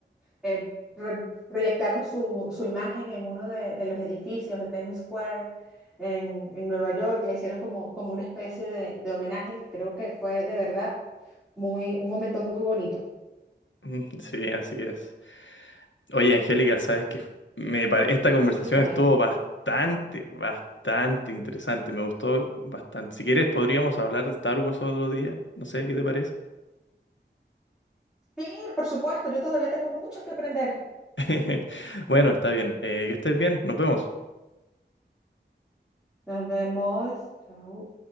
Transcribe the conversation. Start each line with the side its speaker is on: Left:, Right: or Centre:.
Centre: eh, pro- proyectaron su, su imagen en uno de, de los edificios de Times Square en, en Nueva York. Le hicieron como, como una especie de, de homenaje. Creo que fue de verdad muy, un momento muy bonito.
Left: Mm, Sí, así es. Oye, Angélica, sabes que me pare- esta conversación
Centre: Y bueno,
Left: estuvo bastante, bastante interesante. Me gustó bastante. Si quieres, podríamos hablar de Star Wars otro día. No sé qué te parece.
Centre: sí, por supuesto, yo todavía tengo mucho que aprender.
Left: <laughs> Bueno, está bien. Eh, que estés bien. Nos vemos.
Centre: Nos vemos. Chao.